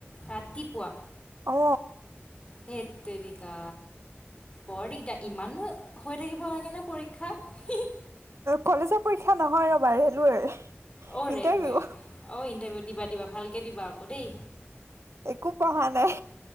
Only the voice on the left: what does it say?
ৰাতিপুৱা
হেত তেৰিকা, বৰ দিগদাৰ। ইমাননো হৈ থাকিব লাগেনে পৰীক্ষা? হিঃ হিঃ।
অ ৰেলৱে,
অ ইণ্টাৰভিউ দি দিবা দিবা, ভালকে দিবা আকৌ দেই।